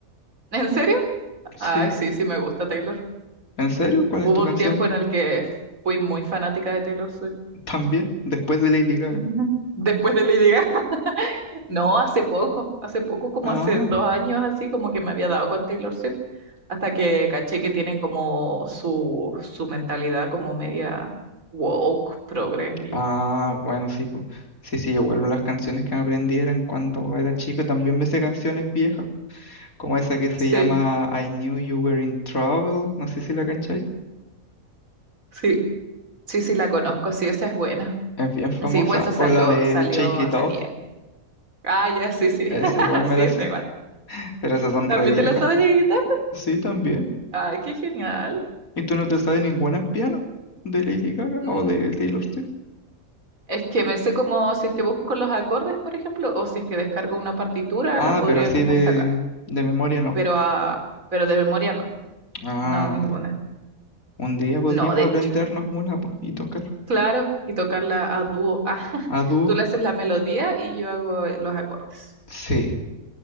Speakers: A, on the right; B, on the left.
A: ¿En serio?
B: Sí.
A: Ay, sí, sí me gusta Taylor.
B: ¿En serio? ¿Cuál
A: Hubo
B: es tu canción?
A: un tiempo en el que fui muy fanática de Taylor Swift.
B: También, después de Lady Gaga.
A: <laughs> Después de Lady Gaga. <laughs> No, hace poco, hace poco, como
B: Ah,
A: hace dos años así, como que me había dado con Taylor Swift, hasta que caché que tiene como su, su mentalidad como media woke, progre. Y...
B: ah, bueno, sí, pues. Sí, sí, igual las canciones que me aprendí eran cuando era chico, también me sé canciones viejas. como esa que se
A: Sí,
B: llama I Knew You Were in Trouble, no sé si la cancháis,
A: sí, sí, sí, la conozco, sí, esa es buena.
B: es bien famosa,
A: Sí, pues esa salió,
B: o la de
A: salió
B: Shake
A: hace
B: It Off,
A: tiempo. Ah, ya, sí, sí.
B: esa
A: <laughs>
B: igual me
A: Sí,
B: la
A: está
B: sé,
A: igual.
B: <laughs> pero esas son
A: ¿También
B: re viejas,
A: te la sabes
B: po.
A: de guitarra?
B: Sí, también.
A: Ay, qué genial.
B: ¿Y tú no te sabes ninguna en piano? ¿De Lady Gaga
A: Mm,
B: o de Taylor Swift?
A: Es que me sé como si es que busco los acordes, por ejemplo, o si es que descargo una partitura,
B: Ah,
A: la podría
B: pero así
A: como
B: de,
A: sacar.
B: de memoria no.
A: Pero ah, pero de memoria no.
B: Ah,
A: No, ninguna.
B: ya. Un día podríamos
A: No, de hecho.
B: aprendernos una, po, y tocar
A: Claro, y tocarla a dúo. <laughs> Ah,
B: a dúo.
A: tú le haces la melodía y yo hago eh, los acordes.
B: Sí,